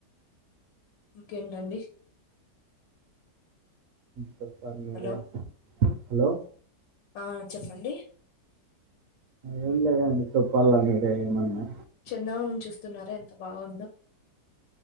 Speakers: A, on the left; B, on the right.
A: ఇంకేంటండి
B: చెప్పాలీ మీరే
A: హలో
B: హలో
A: ఆ చెప్పండి
B: ఏం లేదండి చెప్పాల్ల మీరే ఏమన్నా
A: చందమామని చూస్తున్నారా ఎంత బావుందో